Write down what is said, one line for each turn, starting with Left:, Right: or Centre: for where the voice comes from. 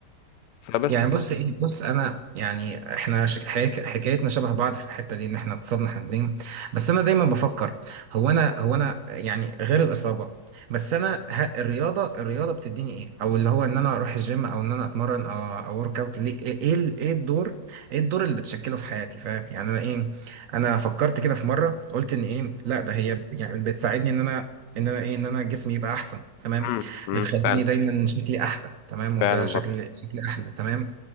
Left: فبس
Right: يعني بص ايه بص انا يعني احنا ش- حكاية- حكايتنا شبه بعض في الحته دي ان احنا اتصابنا احنا الاثنين بس انا دايما بفكر هو انا هو انا يعني غير الاصابه بس انا ه- الرياضه الرياضه بتديني ايه او اللي هو ان انا اروح الجيم او ان انا اتمرن او او ورك اوت ليه ايه ايه ال- إيه الدور ايه الدور اللي بتشكله في حياتي فاهم يعني انا ايه انا فكرت كده في مره قلت ان ايه لا ده هي ب- يعني بتساعدني ان انا ان انا ايه ان انا جسمي يبقى احسن تمام
Left: امم امم
Right: بتخليني
Left: فعلا
Right: دايما شكلي احلى تمام وده
Left: فعلا
Right: شكل
Left: برضو
Right: شكلي احلى تمام